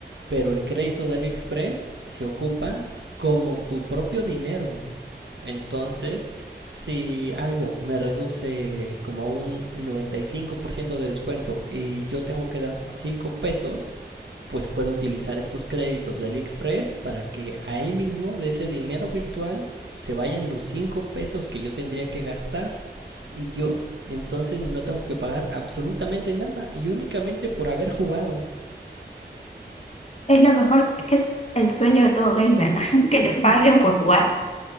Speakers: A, on the right; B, on the left.
A: Pero el crédito de AliExpress se ocupa como tu propio dinero. Entonces, si algo me reduce como a un 95% de descuento y yo tengo que dar 5 pesos, pues puedo utilizar estos créditos de AliExpress para que ahí mismo de ese dinero virtual se vayan los 5 pesos que yo tendría que gastar y yo entonces no tengo que pagar absolutamente nada y únicamente por haber jugado. <laughs>
B: Es lo mejor, es el sueño de todo gamer, <laughs> que le paguen por jugar.